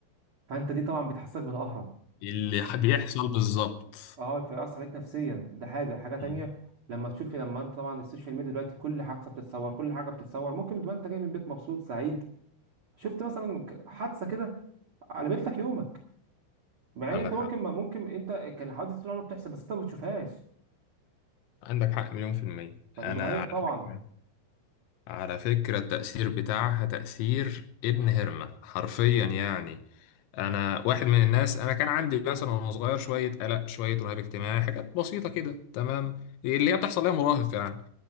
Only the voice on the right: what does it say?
فانت دي طبعا بتحسسك بالقهره
اه فيأثر عليك نفسيا ده حاجة حاجة تانية
لما تشوفي لما انت طبعا السوشيال ميديا دلوقتي كل حادثة بتتصور كل حاجة بتتصور ممكن تبقى انت جاي من بيت مبسوط سعيد شفت مثلا ك- حادثة كده قلبت لك يومك مع
ان انت ممكن
ممكن انت كان الحوادث طول الوقت بتحصل بس انت ما بتشوفهاش
فبتغير
طبعا